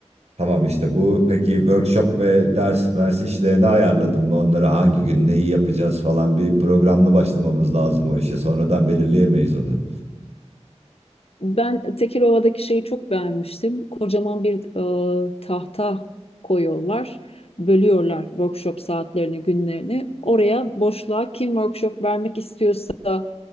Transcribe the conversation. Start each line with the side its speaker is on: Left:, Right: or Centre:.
Right: tamam işte bu. Peki workshop ve ders mers işlerini ayarladım mı? Onları hangi gün neyi yapacağız falan bir programlı başlamamız lazım o işe. Sonradan belirleyemeyiz onu.
Left: Ben Tekirova'daki şeyi çok beğenmiştim. Kocaman bir e, tahta koyuyorlar. Bölüyorlar workshop saatlerini, günlerini. Oraya boşluğa kim workshop vermek istiyorsa